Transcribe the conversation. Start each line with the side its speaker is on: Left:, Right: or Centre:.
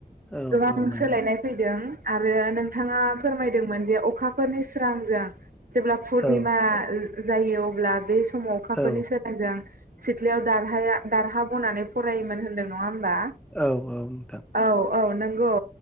Centre: औ
Right: गोबां
Centre: औ नंगौ
Right: सोलायनाय फैदों आरो नोंथाङा फोरमायदोंमोन जे अखा फोरनि स्रांजों जेब्ला पुर्निमा
Centre: औ
Right: जा जायो अब्ला बे अखाफोरनि
Centre: औ
Right: सोलायजों सिथ्लायाव दारहाया दारहा बनानै फरायोमोन होन्दों नङा होमबा
Centre: औ औ नोंथां
Right: औ औ नंगौ